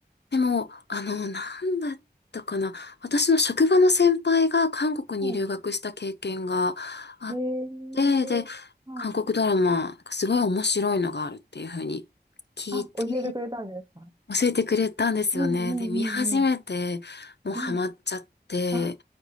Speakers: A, on the left (about 80°); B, on the right (about 25°).
A: でも、あの、なんだったかな。私の職場の先輩が韓国に留学した経験があっ
B: う。はい。へえ。
A: て、で、
B: はい。
A: 韓国ドラマ、なんかすごい面白いのがあるっていうふうに聞いて、
B: あ、教えてくれたんですか
A: 教えてくれたんですよね。
B: うんうんうんうん
A: で、見始めて、もうハマっちゃって、
B: うん。あ、